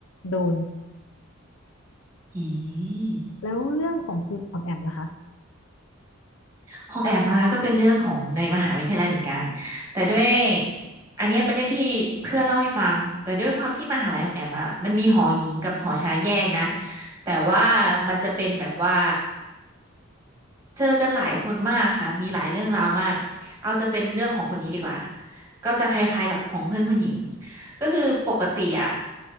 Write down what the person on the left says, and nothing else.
โดน
แล้วเรื่องของคุณออมแอมล่ะคะ